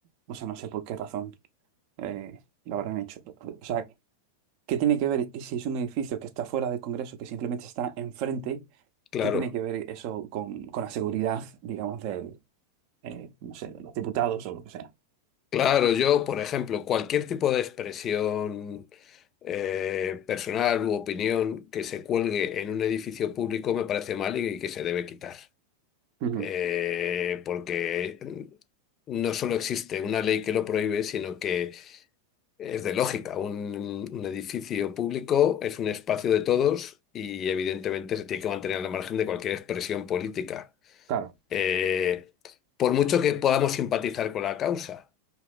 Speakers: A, on the right (about 45°); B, on the left (about 30°).
A: o sea, no sé por qué razón eh, lo habrán hecho. O sea, ¿Qué tiene que ver si es un edificio que está fuera del Congreso, que simplemente está enfrente?
B: claro.
A: ¿Qué tiene que ver eso con, con la seguridad, digamos, del, eh, no sé, de los diputados o lo que sea?
B: Claro, yo, por ejemplo, cualquier tipo de expresión eh, personal u opinión que se cuelgue en un edificio público me parece mal y que se debe quitar.
A: Ujú,
B: Eh, porque mm, no solo existe una ley que lo prohíbe, sino que Es de lógica, un, un edificio público es un espacio de todos y evidentemente se tiene que mantener al margen de cualquier expresión política.
A: Claro.
B: Eh, por mucho que podamos simpatizar con la causa,